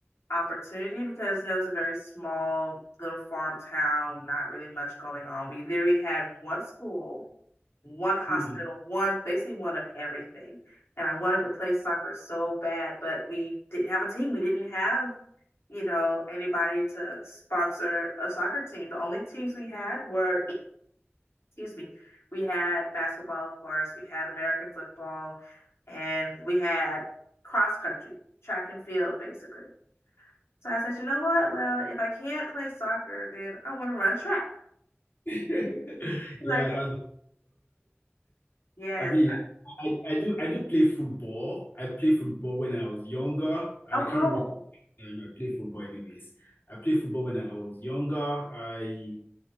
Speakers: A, on the left; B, on the left.
A: opportunity because it was a very small little farm town, not really much going on. We literally had one school, one hospital,
B: Hmm.
A: one basically one of everything. And I wanted to play soccer so bad, but we didn't have a team. We didn't have you know, anybody to sponsor a soccer team. The only teams we had were, <clears throat> excuse me, we had basketball, of course, we had American football, and we had cross country, track and field, basically. So I said, you know what? Well, if I can't play soccer, then I want to run track.
B: <laughs>
A: Like,
B: Yeah, that's
A: yes.
B: I mean, I, I do I do play football. I played football when I was younger. I
A: Oh,
B: can't
A: cool.
B: remember the time I played football anyways. I played football when I was younger. I